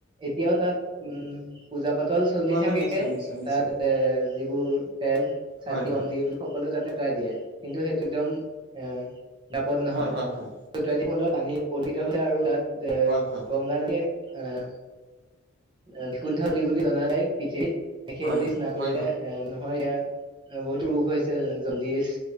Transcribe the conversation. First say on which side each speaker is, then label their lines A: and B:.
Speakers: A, on the right (about 25°); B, on the right (about 50°).
A: এতিয়াও তাত উম পূজা পাতল চলি
B: হয়
A: থাকে
B: হয় নিশ্চয় নিশ্চয় নিশ্চয়
A: তাত এ যিবোৰ তেল চাকি
B: হয় হয়
A: বন্তি এইবোৰ সকলো তাতে প্ৰায় দিয়ে কিন্তু সেইটো একদম এ নাপদ নহয়।
B: হয় হয় হয়
A: <unintelligible> ফলত পানী প্ৰদুষিত হৈছে আৰু তাত এ
B: হয় হয়
A: গম গা নদীত আহ, আহ বিশুদ্ধ দি বুলি জনা যায় পৃথিৱীত সেই
B: হয়
A: <unintelligible> চিনা
B: হয়
A: কৰিলে।
B: হয়
A: এ নহয় ইয়াৰ বহুতো ৰোগ হৈছে জণ্ডিচ